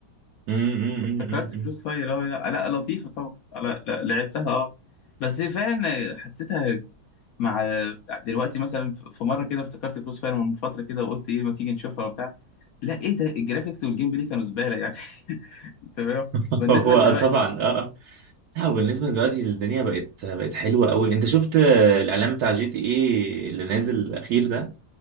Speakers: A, on the right (about 70°); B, on the left (about 65°).
A: أمم، أمم،
B: افتكرت
A: أمم، أمم.
B: كروس فاير اه لا لا لطيفه طبعا لا لا لعبتها اه بس فعلا حسيتها مع دلوقتي مثلا في مره كده افتكرت كروس فاير من فتره كده وقلت ايه ما تيجي نشوفها وبتاع لا ايه ده الجرافيكس والجيم بلاي كانوا زباله يعني <laughs> تمام
A: <laughs>
B: بالنسبه
A: هو
B: دلوقتي
A: أه، طبعا اه اه لا وبالنسبه دلوقتي الدنيا بقت بقت حلوه قوي انت شفت آه، الاعلان بتاع جي تي ايه اللي نازل الاخير ده